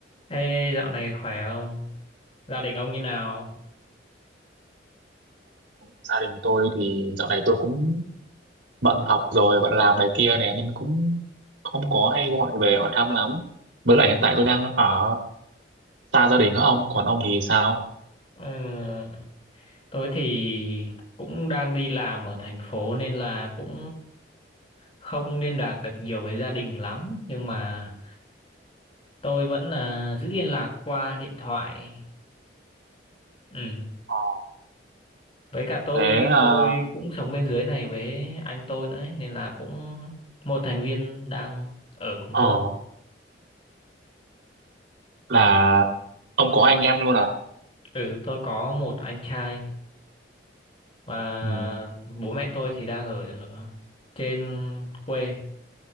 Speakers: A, on the left (about 30°); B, on the right (about 80°).
A: Ê, dạo này khỏe không? Gia đình ông như nào?
B: gia đình tôi thì dạo này tôi cũng bận học rồi bận làm này kia nè nên cũng không có hay gọi về hỏi thăm lắm với lại hiện tại tôi đang ở xa gia đình á ông còn ông thì sao
A: Ừ, tôi thì cũng đang đi làm ở thành phố nên là cũng không liên lạc được nhiều với gia đình lắm. Nhưng mà tôi vẫn là giữ liên lạc qua điện thoại. Ừ.
B: Ờ,
A: Với cả tôi
B: thế à,
A: tôi cũng sống bên dưới này với anh tôi nữa ấy, nên là cũng một thành viên đang ở cùng
B: ờ
A: tôi.
B: là ông có anh em luôn à
A: Ừ, tôi có một anh trai. và
B: ừ.
A: bố mẹ tôi thì đang ở ở trên quê